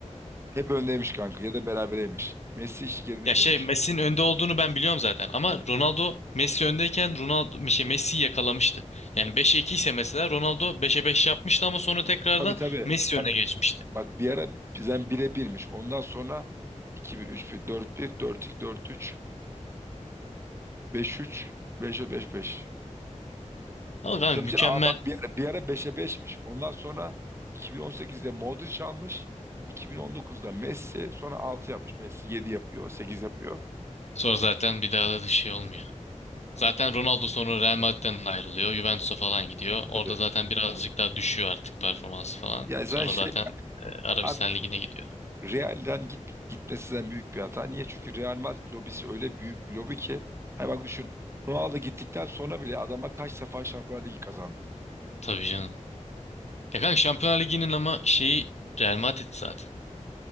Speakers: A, on the right; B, on the left.
A: Hep öndeymiş kanka ya da berabereymiş. Messi hiç geri düşmemiş.
B: Ya şey Messi'nin önde olduğunu ben biliyorum zaten ama Ronaldo Messi öndeyken Ronaldo şey Messi'yi yakalamıştı. Yani beşe 2 ise mesela Ronaldo beşe 5 yapmıştı ama sonra tekrardan
A: Tabii tabii.
B: Messi
A: Bak
B: öne geçmişti.
A: bak bir ara bizden bire birmiş Ondan sonra iki bir üç bir dört bir dört 2 dört üç beş üç 5-4, beş 5
B: Ama kanka
A: Tabii
B: mükemmel
A: ki aa bak bir ara, bir ara beşe beşmiş Ondan sonra 2018'de Modric almış. 2019'da Messi sonra 6 yapmış. Messi 7 yapıyor, 8 yapıyor.
B: sonra zaten bir daha da şey olmuyor. Zaten Ronaldo sonra Real Madrid'den ayrılıyor. Juventus'a falan gidiyor. Orada
A: Tabii.
B: zaten birazcık daha düşüyor artık performansı falan.
A: Ya sen
B: Sonra
A: şey
B: zaten e, Arabistan
A: abi
B: Ligi'ne gidiyor.
A: Real'den git, gitmesinden büyük bir hata. Niye? Çünkü Real Madrid lobisi öyle büyük bir lobi ki. Hani bak düşün. Ronaldo gittikten sonra bile adama kaç defa Şampiyonlar Ligi kazandı.
B: Tabii canım. Ya kanka Şampiyonlar Ligi'nin ama şeyi Real Madrid zaten.